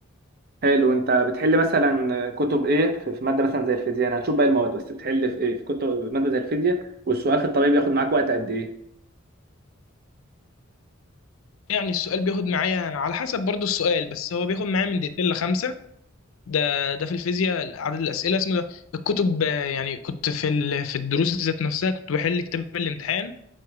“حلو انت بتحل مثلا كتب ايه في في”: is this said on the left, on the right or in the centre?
Right